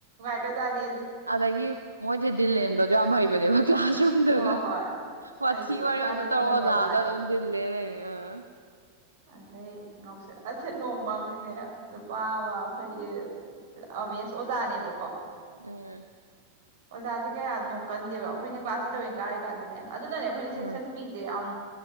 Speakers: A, on the right; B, on the right.
A: ꯒꯖꯥꯗꯤ
B: ꯑꯗꯒꯤ ꯃꯣꯏꯁꯦ ꯗꯤꯜꯂꯦꯟꯕꯁꯨ ꯌꯥꯝ ꯍꯩꯕꯅꯦꯕ ꯀ꯭ꯂꯥꯁꯔꯨꯝꯗꯒ
A: ꯍꯣꯏ ꯍꯣꯏ
B: ꯋꯥꯊꯤ
A: ꯑꯩ ꯖꯨꯒꯣꯠ
B: ꯋꯥꯔꯦꯡ
A: ꯆꯥꯗꯕꯁꯨ
B: ꯑꯗꯨꯝ ꯇꯧꯔꯥ
A: ꯅꯝꯕꯔ
B: ꯑꯣꯖꯥꯗ
A: ꯋꯥꯟꯅꯦ
B: ꯑꯗꯨꯝ ꯗꯤꯜꯂꯦꯟ ꯂꯩ ꯑꯥꯑ
A: ꯑꯗꯩ ꯉꯥꯎꯁ ꯑꯁ ꯅꯣꯡꯃꯑꯃꯗꯤꯅꯦ ꯋꯥ ꯋꯥ ꯑꯩꯈꯣꯏꯒꯤ ꯑꯃꯦꯁ ꯑꯣꯖꯥꯅꯦꯕꯀꯣ
B: ꯎꯝ
A: ꯑꯣꯖꯥꯁꯦ ꯀꯥꯌꯥ ꯅꯣꯛꯀꯟꯗꯦꯕ ꯑꯩꯈꯣꯏꯅ ꯀ꯭ꯂꯥꯁ ꯑꯦꯂꯕꯦꯟ ꯀꯥꯔꯤꯀꯥꯟꯗꯅꯦ ꯑꯗꯨꯅꯅꯦ ꯑꯩꯈꯣꯏꯅ
B: ꯎꯝ
A: ꯁꯦꯛꯁꯟꯕꯤꯁꯦ ꯌꯥꯝ